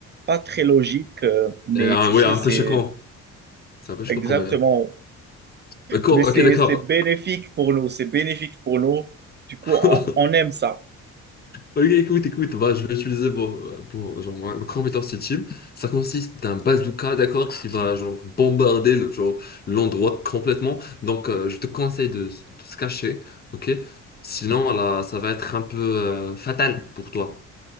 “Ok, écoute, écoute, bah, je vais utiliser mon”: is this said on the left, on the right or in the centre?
Left